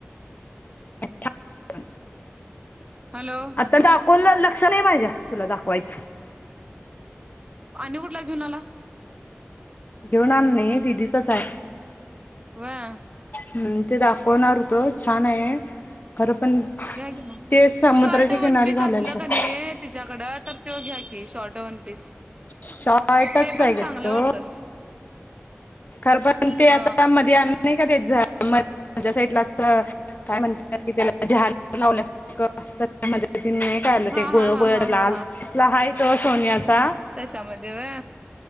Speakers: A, on the left; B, on the right.
A: <unintelligible>
B: हॅलो?
A: आता दाकवून, लक्ष नाही माझ्या, तुला दाखवायच.
B: आणि कुठला घेऊन आला?
A: घेऊन आलो नाही, दीदीचाच हाय,
B: होय,
A: हम्, ते दाखवणार होतो, छान आहे, खरं पण
B: घ्या कि मग,
A: ते समुद्राच्या
B: शर्ट
A: किनारी
B: वन पीस
A: घालायला
B: असलं
A: पाहिजे
B: कीनी, तिच्याकडं, तर तो घ्या की, शर्ट वन पीस.
A: शार्टच,
B: ते पण
A: आहे ग
B: चांगलं
A: तो,
B: वाटतात
A: खरं पण ते
B: ह
A: आता, मध्ये आणलं नाही का, ते म <unintelligible> साईडला असतं. काय म्हणतात, की त्याला <unintelligible> लावल्या सारखं असतं <unintelligible> नाही झालं
B: हा
A: ते, गोळ-
B: हा हा
A: गोळ
B: हा
A: लाल
B: हा
A: असला हाय तो सोन्याचा
B: तशामध्ये होय,